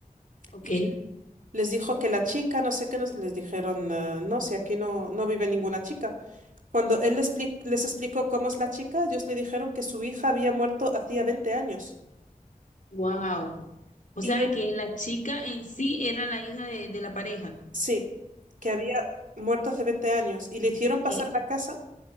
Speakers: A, on the left (about 65°); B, on the right (about 65°).
A: ok,
B: y les dijo que la chica, no sé qué, nos- les dijeron, eh, no, si aquí no, no vive ninguna chica. Cuando él les, expli- les explicó cómo es la chica, ellos le dijeron que su hija había muerto hacía 20 años.
A: wow. O
B: Y
A: sea, que la chica en sí era la hija de, de la pareja.
B: Sí, que había muerto hace 20 años y le hicieron pasar
A: ¿Qué?
B: a la casa